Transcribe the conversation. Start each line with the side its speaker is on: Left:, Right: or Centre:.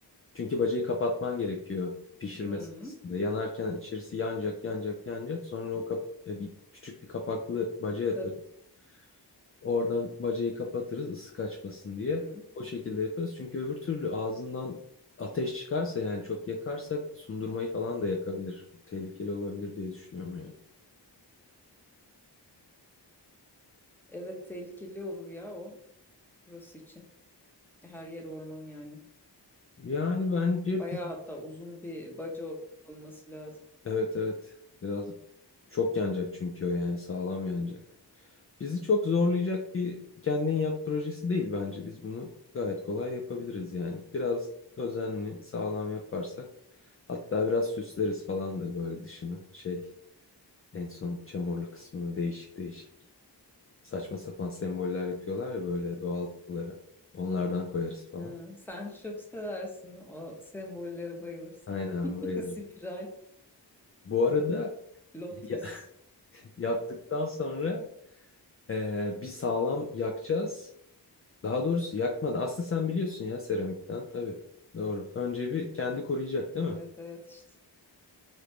Left: Çünkü bacayı kapatman gerekiyor pişirme
Centre: Hı,
Left: sırasında. Yanarken içerisi yanacak, yanacak, yanacak. Sonra o kap e, bir küçük bir kapaklı baca yaparız.
Centre: tabii.
Left: Oradan bacayı kapatırız ısı kaçmasın diye.
Centre: Hı.
Left: O şekilde yaparız. Çünkü öbür türlü ağzından ateş çıkarsa yani çok yakarsak sundurmayı falan da yakabilir. Tehlikeli olabilir diye düşünüyorum yani.
Centre: Evet tehlikeli olur ya o burası için. Her yer orman yani.
Left: Yani bence
Centre: Bayağı
Left: biz...
Centre: hatta uzun bir baca olması lazım.
Left: Evet evet. Biraz çok yanacak çünkü o yani sağlam yanacak. Bizi çok zorlayacak bir kendin yap projesi değil bence. Biz bunu gayet kolay yapabiliriz yani. Biraz özenli, sağlam yaparsak hatta biraz süsleriz falan da böyle dışını şey En son çamurlu kısmını değişik değişik saçma sapan semboller yapıyorlar ya böyle doğal yapılara. Onlardan koyarız falan.
Centre: Ha, sen çok seversin o sembollere bayılırsın.
Left: Aynen
Centre: <laughs>
Left: bayılırım.
Centre: Spiral,
Left: Bu arada
Centre: lotus.
Left: ya- <laughs> yaptıktan sonra eee, bir sağlam yakacağız. Daha doğrusu yakmadan. Aslında sen biliyorsun ya seramikten tabii. Doğru. Önce bir kendi koruyacak değil
Centre: Evet
Left: mi?
Centre: evet işte.